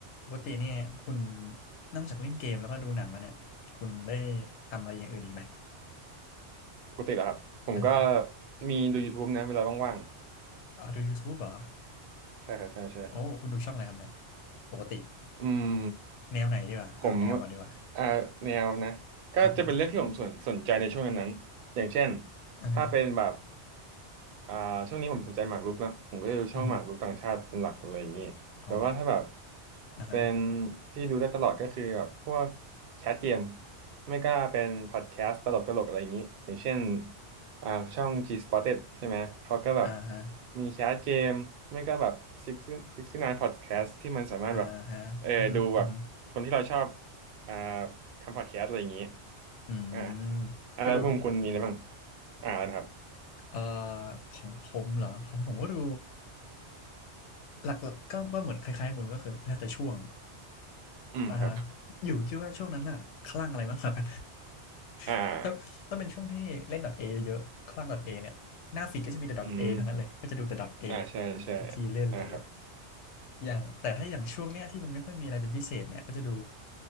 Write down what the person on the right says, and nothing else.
ปกติเหรอครับผมก็
มีดูยูทูบนะเวลาว่าง
ๆใช่ครับใช่ใช่
อืม
ผมอ่าแนวนะก็จะเป็นเรื่องที่ผมสนสนใจในช่วงนั้นๆอย่างเช่น
ถ้าเป็นแบบ อ่าช่วงนี้ผมสนใจหมากรุกนะผมก็จะดูช่องหมากรุกต่างชาติเป็นหลักอะไรอย่างนี้แต่ว่าถ้าแบบ
เป็นที่ดูได้ตลอดก็คือแบบพวกแคสเกมไม่ก็เป็นพอดแคสต์ตลกตลกอะไรอย่างนี้อย่างเช่นอ่าช่อง G Spotted ใช่ไหมเขาก็แบบ
มีแคสเกมไม่ก็แบบ6 69 Podcast ที่มันสามารถแบบ
เออดูแบบคนที่เราชอบอ่าทำพอดแคสต์อะไรอย่างนี้
อ่าอ่าแล้วมุมคุณมีอะไรบ้าง
อ่าอะไรนะครับ
อืมครับ
อ่า
อืม
อ่าใช่ใช่
อ่าครับ